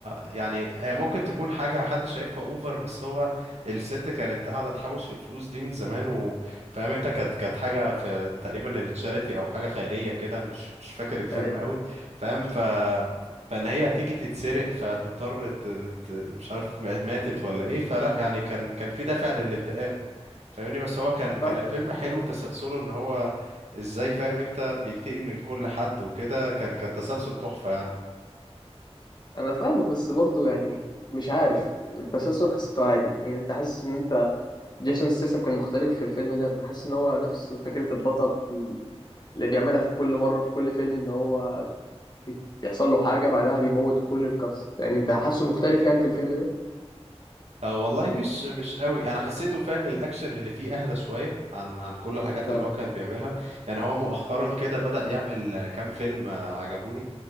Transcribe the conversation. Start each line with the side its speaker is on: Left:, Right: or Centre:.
Right: يعني هي ممكن تكون حاجة حد شايفها اوفر بس هو الست كانت قاعدة تحوش في الفلوس دي من زمان وفاهم انت كانت كانت حاجة في تقريبا التشاريتي او حاجة خيرية كده أنا مش مش فاكر الفيلم
Left: اي
Right: قوي فاهم ف فان هي تيجي تتسرق فتضطر ت... ت... مش عارف ماتت ولا ايه فلا يعني كان كان في دافع للانتقام فاهمني بس هو كان كان
Left: فاهمك
Right: الفيلم حلو تسلسله ان هو ازاي فاهم انت بينتقم من كل حد وكده كان كان تسلسل تحفة يعني
Left: انا فاهمك بس برضو يعني مش عارف التسلسل حسيته عادي يعني انت حاسس ان انت جيسون ستاثام كان مختلف في الفيلم ده انا حاسس ان هو نفس فكره البطل اللي بيعملها في كل مره في كل فيلم ان هو بي- بيحصل له حاجة بعدها بيموت كل الكاست يعني انت حاسه مختلف يعني في الفيلم ده
Right: اه والله مش مش قوي انا حسيته فاهم الاكشن اللي فيه اهدى شويه عن عن كل الحاجات
Left: اه
Right: اللي هو كان بيعملها يعني هو مؤخرا كده بدأ يعمل آه، كام فيلم آه، عجبوني